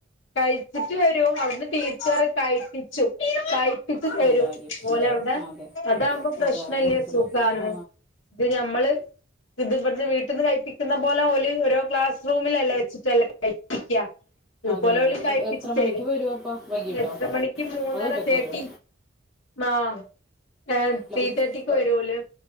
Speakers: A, on the left; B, in the centre.
A: കഴിച്ചിറ്റ് വരു അവിട്ന്ന് ടീച്ചറ് കയ്പിച്ചു കയ് ത്തിച്ച് തരും
B: നല്ല കാര്യം
A: ഓല് അവ്ടെ
B: അതെ
A: അതാവുമ്പം പ്രശ്നല്ല
B: അത് കാരണം കുഴപ്പമില്ല
A: സുഖാണ്
B: ആ
A: ഇത് ഞമ്മള് ഇത് ഇവട്ന്ന് വീട്ടീന്ന് കഴിപ്പിക്കുന്ന പോലെ ഓല് ഓരോ ക്ലാസ് റൂമിലല്ലേ വെച്ചിട്ടല്ലെ കയിപ്പിക്ക ഇതുപോലെ
B: അതെ അതെ
A: ഓല് കയ്‌പ്പിച്ച്
B: അപ്പൊ എത്ര
A: തരും
B: മണിക്ക് വരും അപ്പം വൈകിട്ടോ
A: എത്ര മണിക്ക് മൂന്നര
B: അതോ ഉച്ചക്ക്
A: തേട്ടി
B: വരുമോ
A: ന്നാ ഏ
B: അല്ല
A: ത്രീ
B: ഉച്ച
A: തേട്ടിക്ക് വരു ഓല്